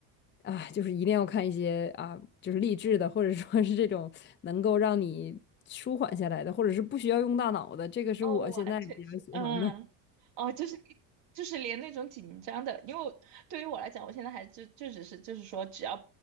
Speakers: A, on the left (about 25°); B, on the right (about 65°).
A: 啊，就是一定要看一些啊，就是励志的，或者说是这种能够让你舒缓下来的，或者是不需要用大脑的，这个是我现在比较喜欢的。
B: 哦，完全是，嗯，哦，就是一，就是连那种紧张的，因为我对于我来讲，我现在还就就只是就是说，只要